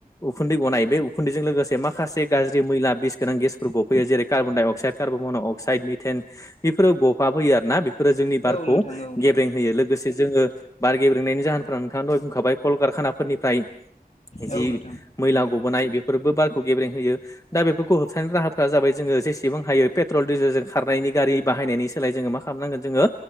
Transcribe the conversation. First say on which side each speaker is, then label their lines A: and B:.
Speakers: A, on the left; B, on the left.
A: उखुन्दै गनाय उ उखुन्दैजों लोगोसे माखासे गाज्रि मैला बिस गोनां गेसफोर गफैयो जेरै carbon dioxide carbon monoxide methane बेफोरो गफा बोयो आरोना बेफोरो जोंनि बारखौ
B: औ नोंथां औ नोंथां
A: गेब्रें होयो लोगो लोगोसे जोङो बार गेब्रेंनायनि जाहोनफोरा नोंथाङा दहाय बुंखाबाय कल कारखानाफोरनिफ्राय जि
B: औ नोंथां
A: मैला गबोनाय बेफोरबो बारखौ गेब्रें होयो दा बेफोरखौ होबथानो राहाफोरा जाबाय जोङो जेसेबां हायो पेट्रल डिजेलजों खारनायनि गारि बाहायनायनि सोलाय जोङो मा खालामनांगोन जोङो